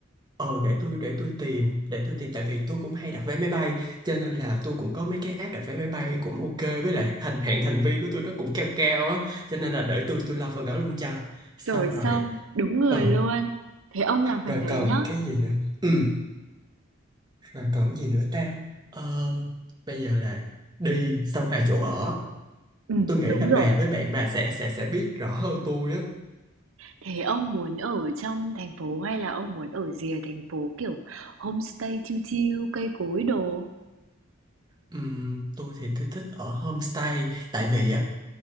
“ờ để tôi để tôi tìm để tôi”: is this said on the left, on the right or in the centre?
Right